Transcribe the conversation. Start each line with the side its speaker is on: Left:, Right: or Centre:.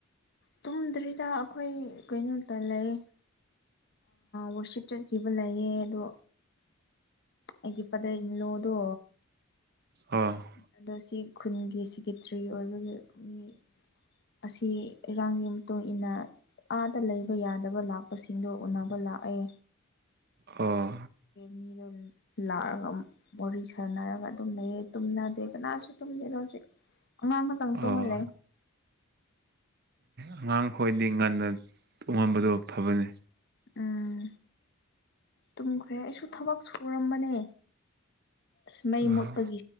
Left: ꯇꯨꯝꯗ꯭ꯔꯤꯗ ꯑꯩꯈꯣꯏ ꯀꯩꯅꯣꯇ ꯂꯩ ꯋꯔꯁꯤꯞ ꯆꯠꯈꯤꯕ ꯂꯩꯌꯦ ꯑꯗꯣ ꯑꯩꯒꯤ ꯏ ꯄꯗꯩ ꯅꯤꯡꯂꯣꯗꯣ
Right: ꯎꯝ
Left: ꯑꯗꯣ ꯁꯤ ꯈꯨꯟꯒꯤ ꯁꯦꯀꯦꯇ꯭ꯔꯤ ꯑꯣꯏꯕꯒꯤ ꯃꯤ ꯑꯁꯤ ꯏꯔꯥꯡꯒꯤ ꯃꯇꯨꯡ ꯏꯟꯅ ꯑꯥꯗ ꯂꯩꯕ ꯌꯥꯗꯕ ꯂꯥꯛꯄꯁꯤꯡꯗꯣ ꯎꯅꯕ ꯂꯥꯛꯑꯦ
Right: ꯑꯣ
Left: ꯃꯤꯗꯣ ꯂꯥꯛꯑꯒ ꯋꯥꯔꯤ ꯁꯥꯟꯅꯔꯒ ꯑꯗꯨꯝ ꯂꯩꯌꯦ ꯇꯨꯝꯅꯗꯦ ꯀꯅꯥꯁꯨ ꯇꯨꯝꯗꯦꯅꯣ ꯍꯧꯖꯤꯛ ꯉꯪꯉꯪ ꯁꯪ ꯇꯨ
Right: ꯑꯥ
Left: ꯃꯂꯦ
Right: ꯑꯉꯥꯡ ꯈꯣꯏꯗꯤ ꯉꯟꯅ ꯇꯣꯡꯍꯝꯕꯗꯣ ꯐꯕꯅꯤ
Left: ꯎꯝ ꯇꯨꯝꯈ꯭ꯔꯦ ꯑꯩꯁꯨ ꯊꯕꯛ ꯁꯨꯔꯝꯕꯅꯦ ꯏꯁꯃꯩ
Right: ꯑꯥ
Left: ꯃꯣꯠꯄꯒꯤ